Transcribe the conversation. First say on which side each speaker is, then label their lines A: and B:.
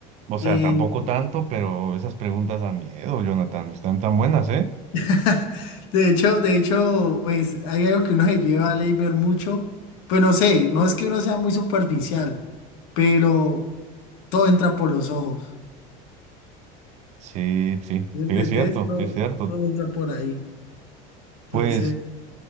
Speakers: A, on the right; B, on the left.
A: O sea,
B: Eh,
A: tampoco tanto, pero esas preguntas dan miedo, Jonathan, están tan buenas, ¿eh?
B: <laughs> de hecho, de hecho, pues hay algo que uno se lleva a ley ver mucho. Pues no sé, no es que uno sea muy superficial, pero todo entra por los ojos.
A: Sí, sí,
B: ¿Me entendés?
A: sí, es cierto,
B: Todo,
A: sí, es cierto.
B: todo entra por ahí. Entonces...
A: Pues